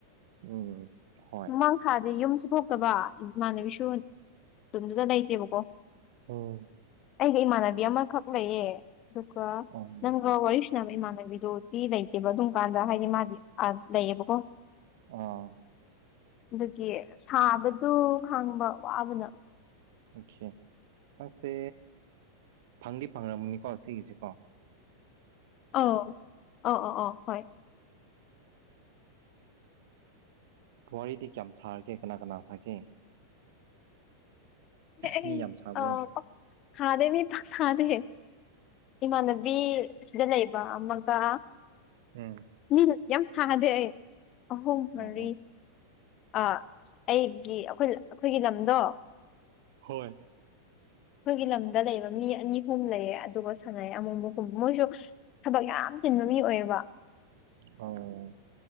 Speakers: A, on the right (about 50°); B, on the left (about 35°).
A: ꯎꯝ ꯍꯣꯏ
B: ꯃꯃꯥꯡ ꯊꯥꯗꯤ ꯌꯨꯝꯁꯨ ꯊꯣꯛꯇꯕ ꯏꯃꯥꯟꯅꯕꯤꯁꯨ ꯇꯨꯝꯗꯨꯗ ꯂꯩꯇꯦꯕꯀꯣ
A: ꯎꯝ
B: ꯑꯩꯒ ꯏꯃꯥꯟꯅꯕꯤ ꯑꯃꯈꯛ ꯂꯩꯌꯦ ꯑꯗꯨꯒ
A: ꯎꯝ
B: ꯅꯪꯒ ꯋꯥꯔꯤ <inaudible> ꯏꯃꯥꯟꯅꯕꯤꯗꯨꯗꯤ ꯂꯩꯇꯦꯕ ꯑꯗꯨꯝ ꯀꯥꯟꯗ ꯍꯥꯏꯗꯤ ꯑꯥꯗ ꯂꯩꯌꯦꯕꯀꯣ
A: ꯑ
B: ꯑꯗꯨꯒꯤ ꯁꯥꯕꯗꯨ ꯈꯪꯕ ꯋꯥꯕꯅ
A: ꯑꯣꯈꯦ ꯄꯠꯁꯦ ꯐꯪꯗꯤ ꯐꯪꯉꯝꯃꯅꯤꯀꯣ ꯁꯤꯒꯤꯁꯤꯦꯀꯣ
B: ꯑ ꯑꯣ ꯑꯣ ꯑꯣ ꯍꯣꯏ
A: ꯋꯥꯔꯤꯗꯤ ꯀꯌꯥꯝ ꯁꯥꯔꯒꯦ ꯀꯅꯥ ꯀꯅꯥ ꯁꯥꯒꯦ
B: ꯑꯩ
A: ꯃꯤ ꯌꯥꯝ ꯁꯥꯕ꯭ꯔꯣ
B: ꯑ ꯄꯛ ꯁꯥꯗꯦ ꯃꯤ ꯄꯛ ꯁꯥꯗꯦ ꯏꯃꯥꯟꯅꯕꯤ ꯁꯤꯗ ꯂꯩꯕ ꯑꯃꯒ
A: ꯎꯝ
B: ꯃꯤ ꯌꯥꯝ ꯁꯥꯗꯦ ꯑꯩ ꯑꯍꯨꯝ
A: ꯑꯣ
B: ꯃꯔꯤ ꯑ ꯑꯩꯒꯤ ꯑꯩꯈꯣꯏ ꯑꯩꯈꯣꯏꯒꯤ ꯂꯝꯗꯣ
A: ꯍꯣꯏ
B: ꯑꯩꯈꯣꯏꯒꯤ ꯂꯝꯗ ꯂꯩꯕ ꯃꯤ ꯑꯅꯤꯍꯨꯝ ꯂꯩꯌꯦ ꯑꯗꯨꯒ ꯁꯅꯩ ꯑꯃꯨꯃꯨꯒꯨꯝ ꯃꯣꯏꯁꯨ ꯊꯕꯛ ꯌꯥꯝ ꯆꯤꯟꯕ ꯃꯤ ꯑꯣꯏꯌꯦꯕ
A: ꯑꯣ